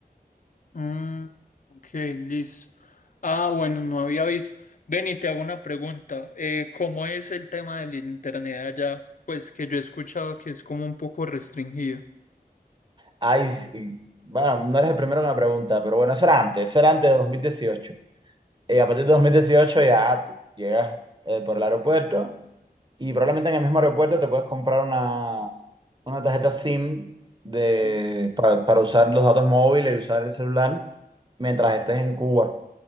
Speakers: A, on the left (about 55°); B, on the right (about 30°).
A: Mm, ok, listo. Ah, bueno, no había visto. Ven y te hago una pregunta. Eh, ¿cómo es el tema del internet allá? Pues que yo he escuchado que es como un poco restringido.
B: Ay, sí, bueno, no eres el primero que me pregunta, pero bueno, eso era antes, eso era antes de 2018. Eh, a partir de 2018 ya tú llegas eh, por el aeropuerto y probablemente en el mismo aeropuerto te puedes comprar una, una tarjeta SIM de,
A: Sí.
B: para, para usar los datos móviles y usar el celular mientras estés en Cuba.